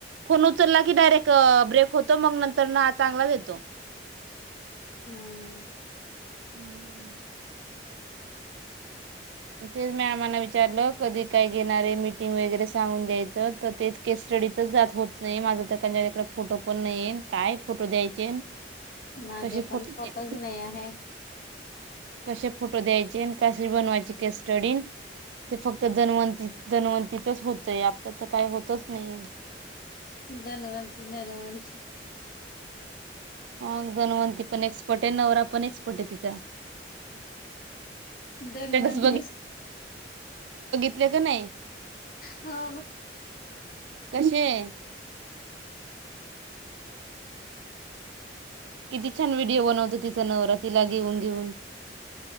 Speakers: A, on the right; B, on the left.
A: फोन उचलला की डायरेक्ट ब्रेक होत तो मग नंतर ना चांगला देतो
B: हम्म
A: हम्म तेच मॅडमांना विचारलं कधी काय घेणारे मीटिंग वगैरे सांगून द्यायचं तर तेच केस स्टडीतच जात होत नाही माझा तर त्यांकडे फोटो पण नाहीन काय फोटो द्यायचे
B: माझे
A: कसे
B: पण
A: फोटो
B: स्वपच
A: द्यायचे.
B: नाही आहे
A: कसे फोटो द्यायचे कसे बनवायचे कस्टडी ते फक्त दन्वंती दनवंतीतच होतय आपलं तर काही होतच नाही
B: धनव धनवांश
A: हग गनवंती पण एक्सपर्ट आहे नवरा पण एक्सपर्ट आहे तिथ
B: धनवंती
A: स्टेटस दिल की नाही
B: हा
A: क किती छान व्हिडिओ बनवतो तिचा नवरातिला घेऊन घेऊन